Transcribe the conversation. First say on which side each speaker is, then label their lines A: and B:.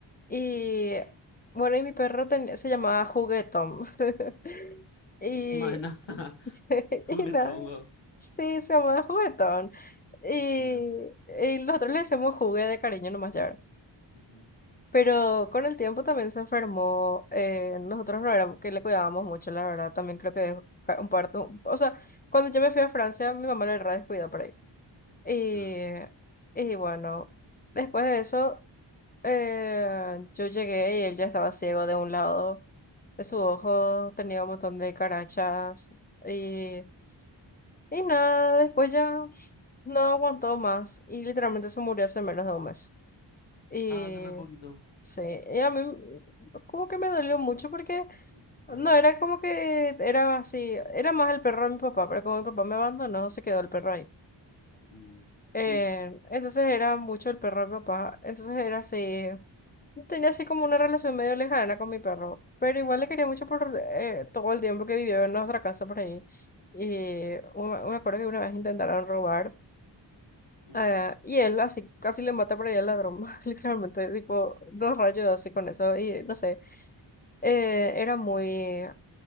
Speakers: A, on the left; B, on the left.
A: Y, bueno, y mi perro ten- se llamaba Juguetón. <laughs> Y
B: Maena,
A: <laughs>
B: <laughs> juguetón,
A: Y nada,
B: wow.
A: sí, se llamaba juguetón. Y,
B: Mi vida.
A: y nosotros le decíamos jugué de cariño nomás ya. ¿verdad?
B: Ujú.
A: Pero con el tiempo también se enfermó. eh, nosotros no éramos que le cuidábamos mucho, la verdad. También creo que dejó ca- un parto. O sea, cuando yo me fui a Francia, mi mamá le re descuidó por ahí. Y,
B: Ah,
A: y bueno, después de eso, eh, yo llegué y él ya estaba ciego de un lado de su ojo, tenía un montón de carachas. y y nada, después ya no aguantó más y literalmente se murió hace menos de un mes. Y
B: Ah, hace re poquito.
A: sí, y a mí como que me dolió mucho porque
B: Mm, Claro.
A: no, era como que era así, era más el perro de mi papá, pero como mi papá me abandonó, se quedó el perro ahí.
B: Mm.
A: Eh,
B: Mm,
A: entonces era mucho el perro de mi papá, entonces era así, tenía así como una relación medio lejana con mi perro, pero igual le quería mucho por eh, todo el tiempo que vivió en nuestra casa por ahí. Y un- me acuerdo que una vez intentaron robar.
B: ujú.
A: Eh, y él así casi le mata por ahí al ladrón, <laughs> literalmente, tipo, dos rayos así con eso, y no sé, eh, era muy eh,